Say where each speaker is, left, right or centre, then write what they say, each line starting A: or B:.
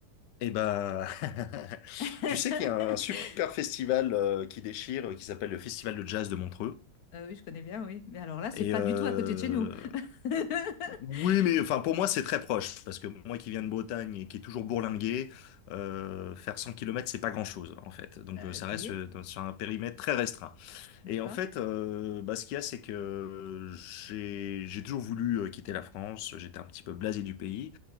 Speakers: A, on the left; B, on the left.
A: Eh ben, <laughs>
B: <laughs>
A: tu sais qu'il y a un super festival euh, qui déchire, euh, qui s'appelle le Festival de Jazz de Montreux.
B: Euh, oui, je connais bien, oui. Mais alors là, c'est
A: Et
B: pas
A: euh,
B: du tout à côté de chez nous. <laughs>
A: oui, mais enfin pour moi c'est très proche parce que moi qui viens de Bretagne et qui est toujours bourlingué, euh, faire cent kilomètres c'est pas grand-chose en fait. Donc
B: Euh,
A: euh, ça
B: ok,
A: reste euh, dans- sur un périmètre très restreint.
B: d'accord,
A: Et en fait, euh, bah, ce qu'il y a, c'est que euh, j'ai j'ai toujours voulu euh, quitter la France. J'étais un petit peu blasé du pays.